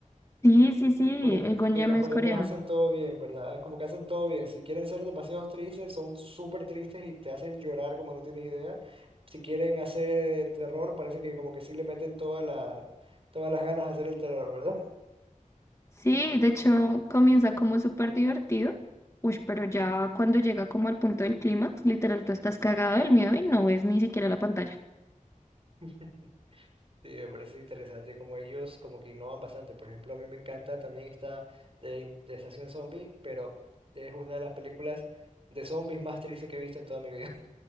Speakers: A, on the left; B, on the right.
A: Sí, sí, sí.
B: Como
A: El Gonja
B: que los coreanos
A: es coreano.
B: hacen todo bien, ¿verdad? Es como que hacen todo bien. Si quieren ser demasiado tristes, son súper tristes y te hacen llorar como no tienes idea. Si quieren hacer eh, terror, parece que como que sí le meten todas las, todas las ganas a hacer el terror, ¿verdad?
A: Sí, de hecho comienza como súper divertido. Uy, pero ya cuando llega como al punto del clímax, literal, tú estás cagado del miedo y no ves ni siquiera la pantalla. <laughs>
B: <laughs> Sí, me parece interesante como ellos como que innovan bastante. Por ejemplo, a mí me encanta también esta de, de Estación Zombie, pero es una de las películas de zombies más tristes que he visto en toda mi vida.